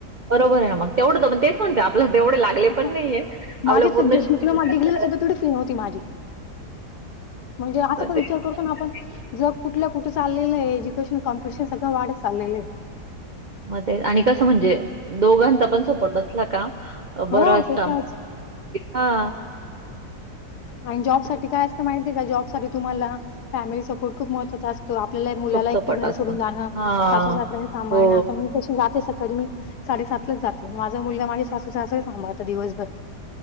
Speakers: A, on the right; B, on the left.
A: बरोबर आहे मग तेवढंतग तेच तेच म्हणतोय आपला तेवढे लागले
B: आहे
A: पण नाहीे आपलं
B: माझी
A: पूर्ण
B: तर डि
A: शिक्षण
B: डिप्लोमा
A: झालं
B: डिग्रीला सुद्धा तेवढी फी नव्हती माझी. म्हणजे असा पण
A: तेच
B: विचार करतो ना आपण
A: <unintelligible>
B: जग कुठल्या कुठ चालेल आहे, एज्युकेशन कम्पिटिशन सगळ वाढत चाललेलं आहे.
A: म ते आणि कसं म्हणजे दोघांचा पण सपोट असला का! बरं
B: हो,
A: असता
B: ते तरच
A: हा.
B: आणि जॉब साठी काय असतं माहिती आहे का जॉब साठी तुम्हाला फॅमिली सपोर्ट खूप महत्वाचा अस तो. आपल्याला मुलाला
A: खूप सपोर्ट
B: एक घरी
A: असतो.
B: सोडून जाणं
A: हां.
B: सासू सासरा हे सांभाळणं
A: हो.
B: आता मी कशी जाते. कधी मी साडेसातलाच जाते माझा मुलगा माझ्या सासू सासरे सांभळतात आता दिवसभर.